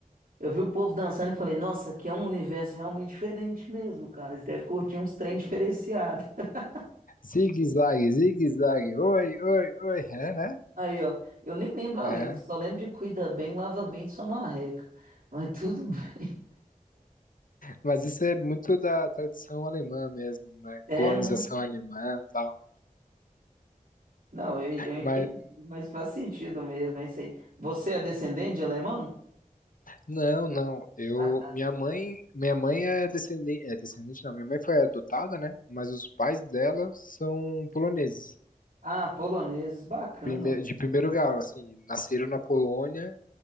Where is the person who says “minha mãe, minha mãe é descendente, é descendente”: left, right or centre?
Left